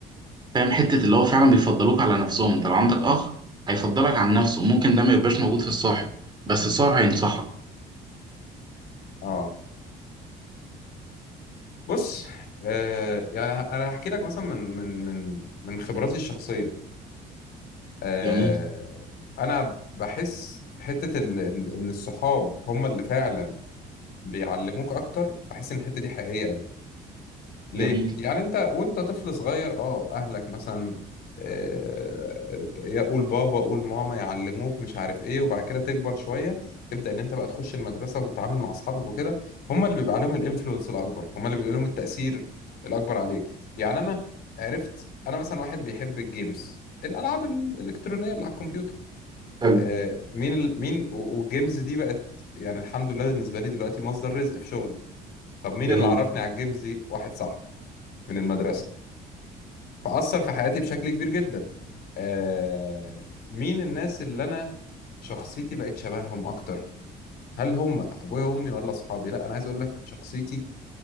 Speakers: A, on the right; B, on the left.
A: فاهم حته اللي هو فعلا بيفضلوك على نفسهم انت لو عندك اخ هيفضلك عن نفسه ممكن ده ما يبقاش موجود في الصاحب بس الصاحب هينصحك
B: اه بص آه يعني انا هحكي لك مثلا من من من من خبراتي الشخصيه آه
A: جميل
B: انا بحس في حته ال- ان إن الصحاب هم اللي فعلا بيعلموك اكتر بحس ان الحته دي حقيقيه قوي. ليه؟
A: جميل
B: يعني انت وانت طفل صغير اه اهلك مثلا آه، يقول بابا قول ماما يعلموك مش عارف ايه وبعد كده تكبر شويه تبدا ان انت بقى تخش المدرسه وتتعامل مع اصحابك وكده هم اللي بيبقى عليهم الانفلونس الاكبر هم اللي بيبقى لهم التاثير الاكبر عليك يعني انا عرفت انا مثلا واحد بيحب الجيمز الالعاب الالكترونيه اللي على الكمبيوتر
A: حلو
B: آه، مين ال... مين و- والجيمز دي بقت يعني الحمد لله بالنسبه لي دلوقتي مصدر رزق في شغله طب مين
A: جميل
B: اللي عرفني على الجيمز دي واحد صاحبي من المدرسه فأثر في حياتي بشكل كبير جدا آه مين الناس اللي أنا شخصيتي بقت شبههم أكتر هل هم أبويا وأمي ولا أصحابي لا أنا عايز أقول لك شخصيتي